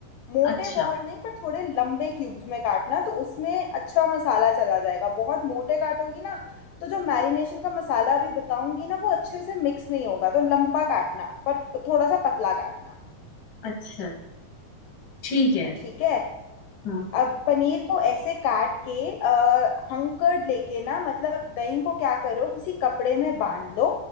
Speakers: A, on the left; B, on the left.
A: मोटे
B: अच्छा
A: बहुत नहीं पर थोड़े लंबे क्यूब्स में काटना तो उसमें अच्छा मसाला चला जाएगा बहुत मोटे काटोगी ना तो जो मैरिनेशन का मसाला अभी बताऊंगी ना वो अच्छे से मिक्स नहीं होगा तो लंबा काटना पर थोड़ा सा पतला काटना
B: अच्छा ठीक है
A: ठीक है
B: हाँ
A: अब पनीर को ऐसे काट के हंकर्ड लेके ना मतलब दही को क्या करो किसी कपड़े में बांध लो